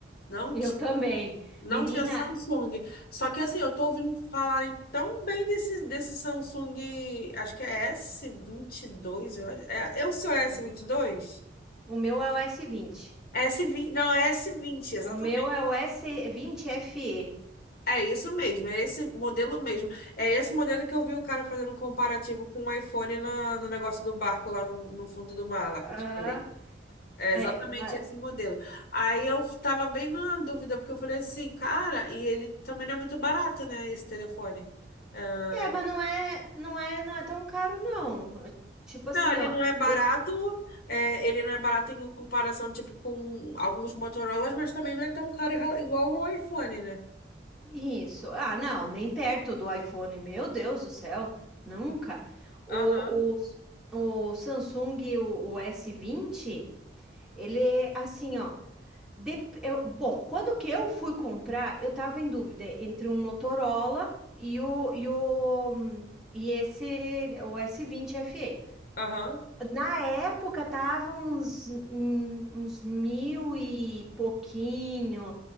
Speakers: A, on the left; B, in the centre.
A: Não,
B: eu
A: ti-
B: também.
A: não
B: Menina,
A: tinha Samsung. Só que assim, eu tô ouvindo falarem tão bem desse, desse Samsung, acho que é s vinte e dois eu- É, é o seu s
B: Uhum.
A: vinte e dois
B: o meu é o s vinte
A: s vinte não, é s vinte exatamente.
B: O meu é o s vinte FE.
A: É isso mesmo, é esse modelo mesmo. É esse modelo que eu vi o cara fazendo um comparativo com o iPhone na, no negócio do barco lá no, no fundo do mar,
B: Ah,
A: lá que eu te falei.
B: ah,
A: É exatamente
B: é, mas,
A: esse modelo. Aí eu tava bem na dúvida, porque eu falei assim, cara, e ele também não é muito barato, né, esse telefone. Ah,
B: é, mas não é, não é, não é tão caro, não. Tipo assim,
A: não, ele
B: ó.
A: não é barato,
B: eu
A: é, ele não é barato em comparação, tipo, com alguns Motorolas, mas também não é tão caro igual o iPhone, né?
B: Isso. Ah, não, nem perto do iPhone. Meu Deus do céu, nunca. O,
A: Aham,
B: o, o Samsung, o, o S20, ele é assim, ó. dep- eu- bom, quando que eu fui comprar, eu tava em dúvida entre um Motorola e o, e o, e esse, o S20 FE.
A: aham.
B: Na época tava uns, hum, uns mil e pouquinho.